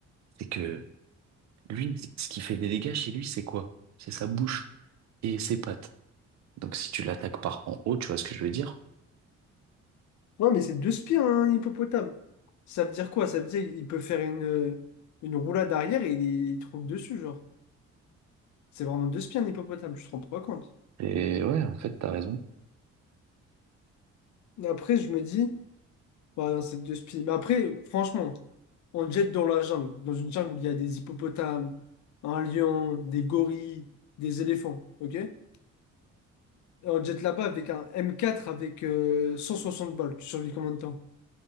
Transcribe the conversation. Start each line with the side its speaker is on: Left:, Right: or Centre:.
Right: c'est que lui, ce qui fait des dégâts chez lui, c'est quoi? C'est sa bouche et ses pattes. Donc si tu l'attaques par en haut, tu vois ce que je veux dire?
Left: Ouais, mais c'est deux spires, un hippopotame. Ça veut dire quoi? Ça veut dire qu'il peut faire une, euh, une roulade arrière et il, il te roule dessus, genre. C'est vraiment deux spies, un hippopotame, tu te rends pas compte.
Right: Et ouais, en fait, t'as raison.
Left: Mais Après, je me dis, bah non, c'est deux spies. Mais après, franchement, on le jette dans la jungle, dans une jungle où il y a des hippopotames, un lion, des gorilles, des éléphants, ok? Et on le jette là-bas avec un m quatre avec euh, 160 balles. Tu survis combien de temps?